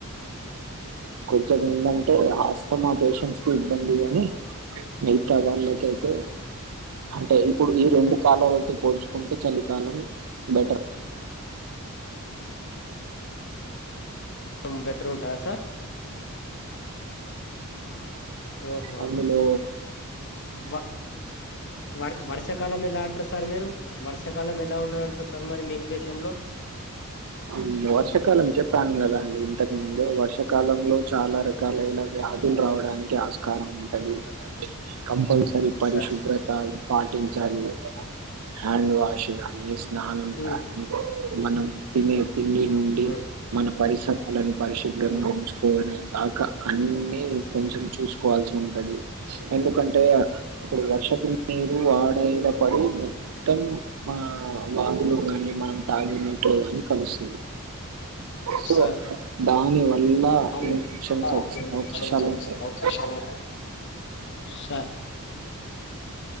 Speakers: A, on the right; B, on the left.
A: కొంచెం ఎందంటే ఆస్తమా పేషంట్స్ కి ఇబ్బంది గాని మిగతా వాళ్ళకైతే అంటే ఇప్పుడు ఈ రెండు కాలాల అయితే పోల్చుకుంటే చలి కాలం బెటర్
B: ఆ బెటర్ ఉంటదా సార్ ఓహో
A: అందులో
B: వా వ వర్ష కాలం ఎలా అంటారు సార్ మీరు వర్షాకాలం ఎలా ఉన్న అంటారు సార్ మరి మీ ఉద్దేశంలో
A: అంటే వర్షకాలం చెప్పాను కదా ఇంతకు ముందే వర్ష కాలంలో చాలా రకాలైన వ్యాధులు రావడానికి ఆస్కారం ఉంటది కంపల్సరీ పరిశుభ్రత
B: సార్
A: పాటించాలి హ్యాండ్ వాషింగ్ అని స్నానం
B: ఉమ్
A: గానీ మనం తినే తిండి నుండి
B: ఉమ్
A: మన పరిసరాలను పరిశుభ్రంగా
B: ఉమ్
A: ఉంచుకోనే దాకా అన్నీ కొంచెం చూసు కోవాల్సి ఉంటది ఎందుకంటే ఇప్పుడు వర్షపు నీరు ఆడే ఇంక పడి కానీ ఫుల్ వాగులు గానీ మనం తాగినట్లు అనీ కలుస్తది సో
B: సార్
A: దా ఇంకా
B: అని
A: ఇన్ఫెక్షన్స్ వచ్చిన
B: ఇన్ఫెక్షన్స్
A: అవకాశాలు
B: వచ్చే
A: ఉంటాయి
B: అవకాశాలు
A: <inaudible>
B: సార్